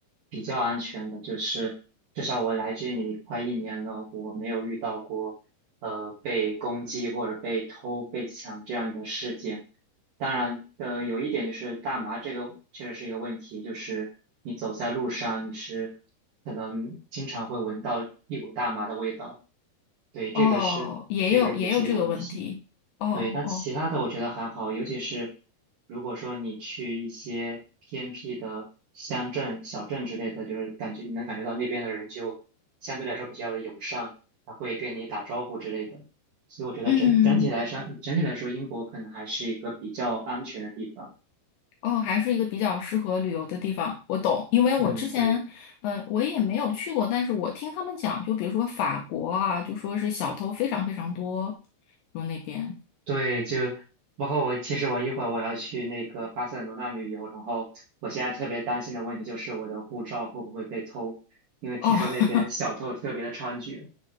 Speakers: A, on the right; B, on the left.
A: 比较安全的，就是至少我来这里快一年了，我没有遇到过呃被攻击或者被偷、被抢这样的事件。当然，呃，有一点就是大麻这个确实是一个问题，就是你走在路上，你是可能经常会闻到一股大麻的味道，对，这个是这个也是一个问题。
B: 哦，也有也有这个问题。哦哦哦，
A: 对，但其他的我觉得还好，尤其是如果说你去一些偏僻的乡镇、小镇之类的，就是感觉你能感觉到那边的人就相对来说比较的友善，他会跟你打招呼之类的。所以我觉得整整体来说，
B: 嗯，
A: 整体来说，英国可能还是一个比较安全的地方。
B: 哦，还是一个比较适合旅游的地方。我懂，因为我之前呃我也没有去过，
A: 嗯，对
B: 但是我听他们讲，就比如说法国啊，就说是小偷非常非常多，说那边
A: 对，就包括我，其实我一会儿我要去那个巴塞罗那旅游，然后我现在特别担心的问题就是我的护照会不会被偷，因为听说那边小偷特别的猖獗。
B: 哦。<laughs>